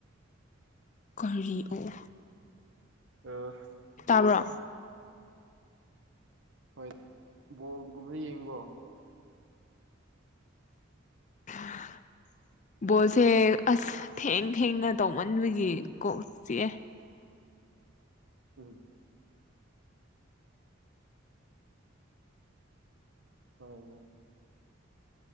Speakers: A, on the left; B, on the right.
A: ꯀꯔꯤ ꯑꯣ
B: ꯎ
A: ꯇꯥꯕ꯭ꯔꯣ
B: ꯍꯣꯏ ꯕꯣꯜꯒꯨꯝꯕꯗꯤ ꯌꯦꯡꯕ꯭ꯔꯣ
A: <unintelligible> ꯕꯣꯠꯁꯦ ꯑꯁ ꯊꯦꯡ ꯊꯦꯡꯅ ꯇꯧꯃꯟꯕꯒꯤ ꯀꯣꯛ ꯆꯤꯛꯑꯦ
B: ꯎꯝ ꯍꯣꯏꯅꯦ